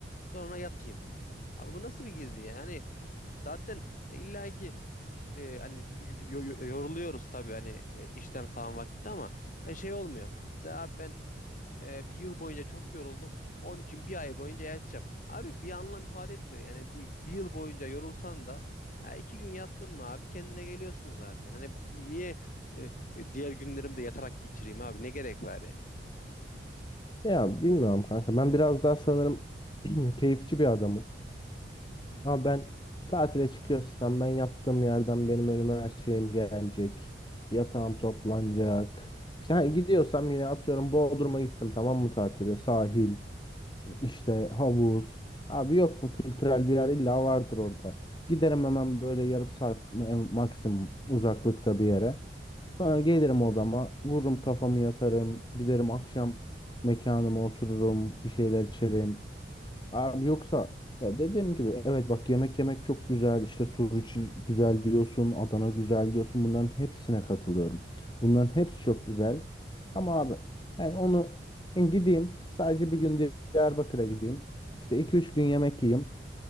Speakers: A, on the left; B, on the left.
A: sonra yatayım. Abi bu nasıl bir gezi yani? Zaten illa ki e, hani yo- yo- yoruluyoruz tabii hani e, işten kalan vakitte ama hani şey olmuyor. Mesela abi ben e, bir yıl boyunca çok yoruldum. Onun için bir ay boyunca yatacağım. Abi bir anlam ifade etmiyor. Yani bir, bir yıl boyunca yorulsan da ya iki gün yattın mı abi kendine geliyorsun zaten. Hani niye e, e, diğer günlerimde yatarak geçireyim abi? Ne gerek var yani?
B: Ya bilmiyorum kanka. Ben biraz daha sanırım <clears throat> keyifçi bir adamım. Ama ben tatile çıkıyorsam ben yattığım yerden benim önüme her şeyim gelecek. Yatağım toplanacak. İşte hani gidiyorsam yine atıyorum Bodrum'a gittim tamam mı tatile sahil. İşte havuz. Abi yok mu kültürel bir yer illa vardır orada. Giderim hemen böyle yarım saat mi- en maksimum uzaklıkta bir yere. Sonra gelirim odama, vururum kafamı yatarım, giderim akşam mekanıma otururum, bir şeyler içerim. Abi yoksa ya dediğim gibi evet bak yemek yemek çok güzel işte Suriçi güzel diyorsun Adana güzel diyorsun bunların hepsine katılıyorum. Bunların hepsi çok güzel ama abi yani onu gideyim sadece bir gün Diyarbakır'a gideyim işte iki üç gün yemek yiyeyim